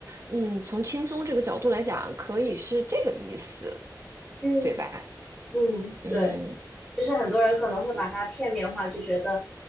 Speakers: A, on the right (about 40°); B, in the centre.
A: 嗯，从轻松这个角度来讲，可以是这个意思，
B: 嗯，
A: 对吧？
B: 嗯，
A: 嗯，
B: 对。就是很多人可能会把它片面化，就觉得，